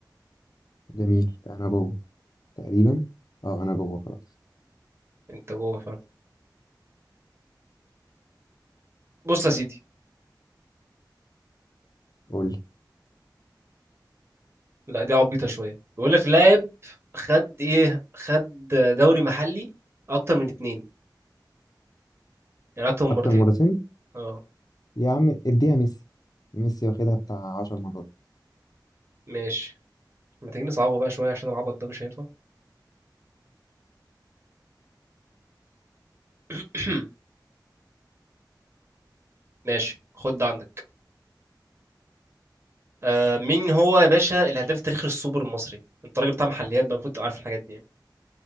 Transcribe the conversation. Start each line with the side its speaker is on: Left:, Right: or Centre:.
Left: جميل انا جوه تقريبا اه انا جوه خلاص
Right: انت جوه فعلا بص يا سيدي
Left: قول لي
Right: لا دي عبيطه شويه بيقول لك لاعب خد ايه خد دوري محلي اكتر من اتنين يعني اكتر من
Left: اكتر
Right: مرتين
Left: مرتين
Right: اه
Left: يا عم اديها ميسي ميسي واخدها بتاع 10 مرات
Right: ماشي ما تيجي نصعبها بقى شوية عشان العبط ده مش هينفع <clears throat> ماشي خد ده عندك آه مين هو يا باشا الهداف التاريخي للسوبر المصري انت راجل بتاع محليات بقى المفروض تبقى عارف الحاجات دي يعني